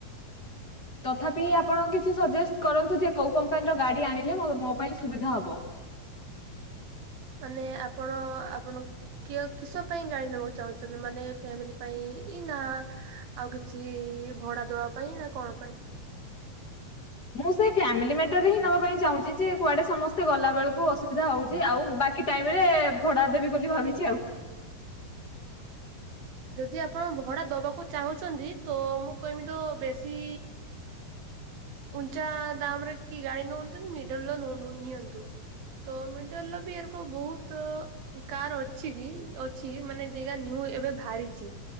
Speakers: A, on the right; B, on the left.
A: <inaudible>
B: ତଥାପି ଆପଣ କିଛି ସଜେଷ୍ଟ କରନ୍ତୁ ଯେ କୋଉ କମ୍ପାନୀ ର ଗାଡି ଆଣିଲେ ମୋ ପାଇଁ ସୁବିଧା ହବ।
A: ମାନେ ଆପଣ ଆପଣ କିୟ କିସ ପାଇଁ ଗାଡ଼ି ନେବାକୁ ଚାହୁଁଛନ୍ତି ମାନେ ଫ୍ୟାମିଲି ପାଇଁ ଇ ନା ଆଉ କିଛି ଭଡ଼ା ଦବା ପାଇଁ ନା କଣ ପାଇଁ
B: ମୁଁ ସେ ଫ୍ୟାମିଲି ମାଟର ରେ ହିଁ ନବା ପାଇଁ ଚାହୁଁଛି ଯେ କୁଆଡେ ସମସ୍ତେ ଗଲା ବେଳକୁ ଅସୁବିଧା ହଉଛି ଆଉ ବା କି ଟାଇମ୍ ରେ ଭଡ଼ା ଦେବି ବୋଲି ଭାବିଛି ଆଉ।
A: ଯଦି ଆପଣ ଭଡ଼ା ଦବାକୁ ଚାହୁଁଛନ୍ତି ତ ମୁଁ କହମି ତ ବେଶୀ ଉଞ୍ଚା ଦାମ୍ ରେ କି ଗାଡି ନିଅନ୍ତୁନି ମିଡିଲ୍ ର ନୁ ନୁ ନିଅନ୍ତୁ। ତ ମିଡିଲ୍ ର ବି ଏରକ ବହୁତ କାର ଅଛି କି ଅଛି ମାନେ ଯେଗା ନିଉ ଏବେ ବାହାରିଛି।